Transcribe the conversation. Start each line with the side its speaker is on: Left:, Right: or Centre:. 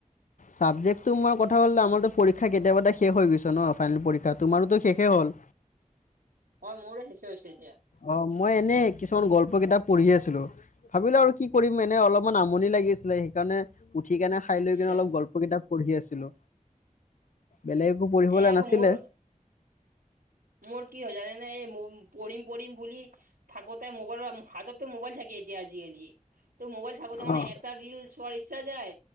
Left: সাবজেক্ট তোৰ মই কথা কলে আমৰ পৰীক্ষা কেতিয়াবাটে শেষ হৈ গৈছে ন ফাইনেল পৰীক্ষা তোমাৰোতো শেষে হ'ল।
Right: অ' মোৰো শেষে হৈছে। এতিয়া।
Left: অ মই এনেই। কিছুমান গল্প কিতাপ পঢ়ি আছিলো ভাবিলো আৰু কি কৰিম এনে অলপমান আমনি লাগিছিলে সেইকাৰণে। উঠি কেনে খাই
Right: আচ্ছা
Left: লৈ কেনে অলপ গল্প কিতাপ পঢ়ি আছিলো। বেলেগ একো পঢ়িবলৈ
Right: এ আৰু
Left: নাছিলে।
Right: মোৰ মোৰ কি হয় জানে নে এই পঢ়িম-পঢ়িম বুলি থাকোতে <unintelligible> হাতততো মোবাইল থাকে তেতিয়া আজিকালি ত মোবাইল থাকোতে মান
Left: অঁ
Right: এটা ৰিল চোৱাৰ ইচ্ছা যায়।